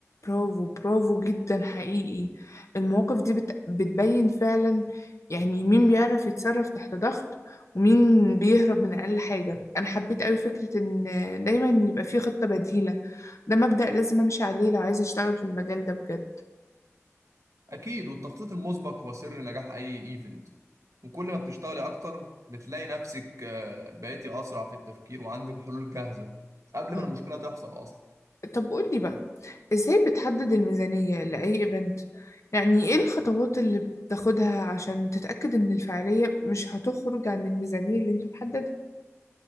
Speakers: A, on the left; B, on the right.
A: برافو برافو جدا حقيقي المواقف دي بت... بتبين فعلا يعني مين بيعرف يتصرف تحت ضغط ومين بيهرب من أقل حاجة أنا حبيت أوي فكرة إن دايما يبقى في خطة بديلة ده مبدأ لازم أمشي عليه لو عايزة أشتغل في المجال ده بجد
B: أكيد والتخطيط المسبق هو سر نجاح أي إيفنت وكل ما بتشتغلي أكتر بتلاقي نفسك آه، بقيتي أسرع في التفكير وعندك حلول جاهزة قبل
A: اه
B: ما المشكلة تحصل أصلا
A: طب قولي بقى إزاي بتحدد الميزانية لأي إيفنت يعني إيه الخطوات اللي بتاخدها عشان تتأكد إن الفعالية مش هتخرج عن الميزانية اللي أنت محددها